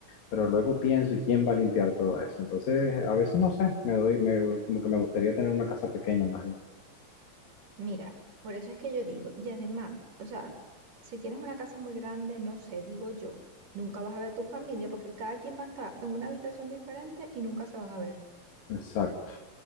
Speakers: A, on the left; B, on the right.
A: pero luego pienso, ¿y quién va a limpiar todo eso? Entonces, a veces no sé, me doy, me, como que me gustaría tener una casa pequeña más bien.
B: Mira, por eso es que yo digo, y además, o sea, si tienes una casa muy grande, no sé, digo yo, nunca vas a ver a tu familia porque cada quien va a estar en una habitación diferente y nunca se van a ver.
A: Exacto.